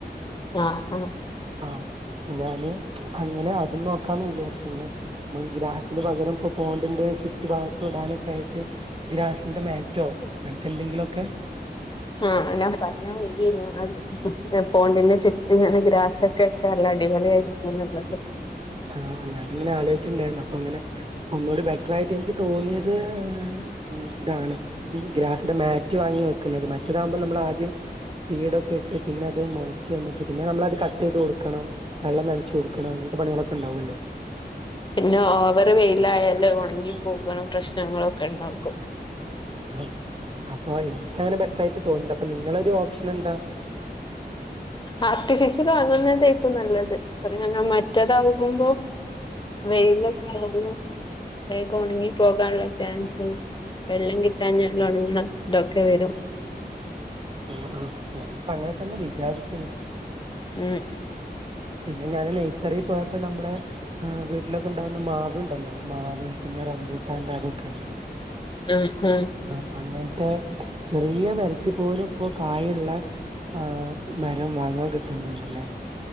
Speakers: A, on the left; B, on the right.
A: ആഹ് ആഹ്
B: ആഹ് അപ്പോ ഞാന് അങ്ങനെ അതും നോക്കാന്ന് വിചാരിച്ചു ഇങ്ങനെ നമ്മൾ ഗ്രാസിന് പകരം ഇപ്പൊ പോണ്ടിന്റെ ചുറ്റി ഭാഗത്തടാനൊക്കെ ആയിട്ട് ഗ്രാസിൻ്റെ മാറ്റോ അങ്ങനത്തെന്തെങ്കിലുമൊക്കെ
A: ആഹ് ഞാൻ പറയാൻ വര്യേരുന്നു അത് പോണ്ടിന് ചുറ്റും ഇങ്ങനെ ഗ്രാസൊക്കെ വെച്ചാ അടിപൊളിയ ആയിരി ന്നല്ലത
B: ആഹ് ഞാനിങ്ങനെ ആലോചിണ്ടായിരുന്നു അപ്പൊ അങ്ങനെ ഒന്നൂടി ബെറ്റർ ആയിട്ട് എനിക്ക് തോന്നിയത് ഉം ഇതാണ് ഗ്രാസിന്റെ മാറ്റ് വാങ്ങി വെക്കുന്നത് മറ്റേതാകുമ്പോ നമ്മൾ ആദ്യം സീഡൊക്കെ ഇട്ട് പിന്നെ അത് മുളച്ച് വന്നിട്ട് പിന്നെ നമ്മളത് കട്ട് ചെയ്ത് കൊടുക്കണം വെള്ളം നനച്ചു കൊടുക്കണം അങ്ങനത്തെ പണികളൊക്കെ ഉണ്ടാവുമല്ലോ
A: പിന്നെ ഓവറ് വെയിലായല് ഒണങ്ങി പോക്ണ പ്രശ്നങ്ങളൊക്കെണ്ടാകും.
B: ആഹ്‌ അപ്പൊ ഇൻക്ക് അങ്ങനെ ബെറ്റർ ആയിട്ട് തോന്നുന്നില്ല അപ്പൊ നിങ്ങളൊരു ഓപ്ഷനെന്താ
A: ആർട്ടിഫിഷ്യൽ വാങ്ങുന്നതേക്കും നല്ലത് കാരണം മറ്റേതകുമ്പോ വെയിലൊക്കാവുമ്പോ വേഗം ഉണങ്ങി പോകാനുള്ള ചാൻസും വെള്ളം കിട്ടാഞ്ഞാൽ ഒണങ്ണ ഇതൊക്കെ വെരും.
B: ആഹ്‌ ആഹ്‌ ഞാനിപ്പങ്ങനെ തന്നെ വിചാരിച്ചത്
A: ഉം
B: പിന്നെ ഞാന് നൈസറിൽ പോയപ്പോ നമ്മളെ ആഹ്‌ വീട്ടിലൊക്കെണ്ടാവുന്ന മാവ്ണ്ടല്ലോ മാവ് പിന്നെ റബൂട്ടാന്റെ അതൊക്കെ
A: ഉം ഉം
B: ആഹ്‌ അങ്ങൻത്തെ ചെറിയ മരത്തി പോലും പ്പൊ കായുള്ള ആഹ് മരം വാങ്ങാൻ കിട്ട്ന്നണ്ട്ലേ